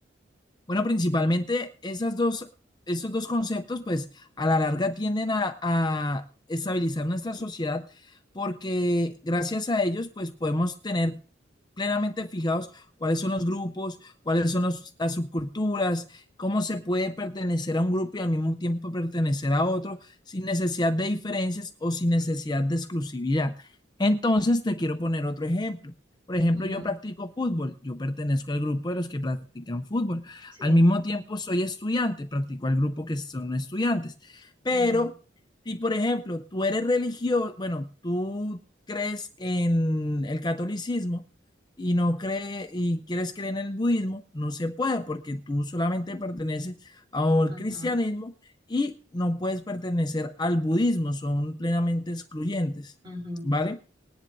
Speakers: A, on the left (about 25°); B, on the right (about 25°).
A: Bueno, principalmente esas dos, esos dos conceptos, pues a la larga tienden a, a estabilizar nuestra sociedad porque gracias a ellos, pues podemos tener plenamente fijados cuáles son los grupos, cuáles son los- las subculturas, cómo se puede pertenecer a un grupo y al mismo tiempo pertenecer a otro sin necesidad de diferencias o sin necesidad de exclusividad. Entonces, te quiero poner otro ejemplo. Por ejemplo,
B: Ujú,
A: yo practico fútbol, yo pertenezco al grupo de los que practican fútbol.
B: Sí.
A: Al mismo tiempo soy estudiante, practico al grupo que son estudiantes. Pero
B: ujú,
A: si, por ejemplo, tú eres religioso, bueno, tú crees en el catolicismo y no cree y quieres creer en el budismo, no se puede porque tú solamente perteneces al
B: ujú.
A: cristianismo y no puedes pertenecer al budismo, son plenamente excluyentes,
B: Ujú,
A: ¿vale?